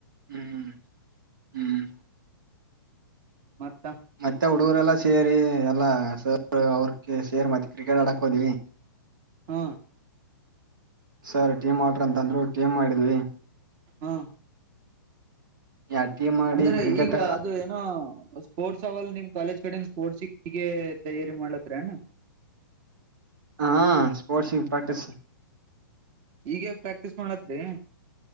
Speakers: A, on the right (about 65°); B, on the right (about 40°).
A: ಹ್ಮ್ ಹ್ಮ್
B: ಮತ್ತ
A: ಮತ್ತಾ ಹುಡೂರೆಲ್ಲಾ ಸೇರಿ ಎಲ್ಲಾ ಸರ್ ಅವ್ರ ಸೇರಿ ಮತ್ತೆ ಕ್ರಿಕೆಟ್ ಆಡಕ್ ಹೋದ್ವಿ.
B: ಹ್ಮ
A: ಸರ್ ಟೀಮ್ ಮಾಡ್ರಿ ಅಂತಂದ್ರು ಟೀಮ್ ಮಾಡಿದ್ವಿ.
B: ಹಾ
A: ಯಾ ಟೀಮ್ ಮಾಡಿ
B: ಅಂದರೆ
A: ಕ್ರಿಕೆಟ್
B: ಈಗ ಅದು ಏನೋ ಸ್ಪೋರ್ಟ್ಸ್ ಅವಲ್ಲ ನಿಮ್ ಕಾಲೇಜ್ ಕಡಿಂದ ಸ್ಪೋರ್ಟ್ಸ್ ಹೀಗೆ ತಯಾರಿ ಮಾಡ್ಲತ್ರ ಏನು.
A: ಹಾ ಸ್ಪೋರ್ಟ್ಸಗೆ ಪ್ರಾಕ್ಟೀಸ್.
B: ಈಗೇನ್ ಪ್ರಾಕ್ಟೀಸ್ ಮಾಡತ್ರಿ.